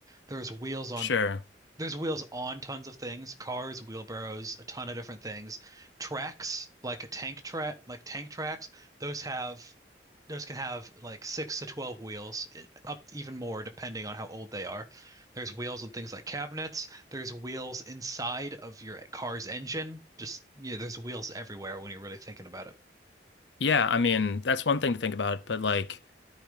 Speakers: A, on the right; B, on the left.
A: There's wheels on
B: Sure.
A: There's wheels on tons of things, cars, wheelbarrows, a ton of different things. Tracks, like a tank track, like tank tracks, those have those can have like six to 12 wheels, i- up even more depending on how old they are. There's wheels on things like cabinets. There's wheels inside of your car's engine. Just, you know, there's wheels everywhere when you're really thinking about it.
B: Yeah, I mean, that's one thing to think about, but like